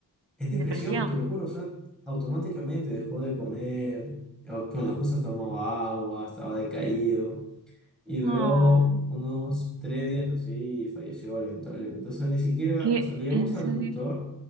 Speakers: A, in the centre; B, on the right (about 80°).
A: en depresión,
B: Depresión.
A: te lo juro. O sea, automáticamente dejó de comer. o- Bueno, justo tomaba agua, estaba decaído. Y duró
B: Oh,
A: unos tres días así y falleció lamentablemente. O sea, ni siquiera,
B: ¿qué?
A: o sea, le llevamos
B: ¿En
A: al
B: serio?
A: doctor,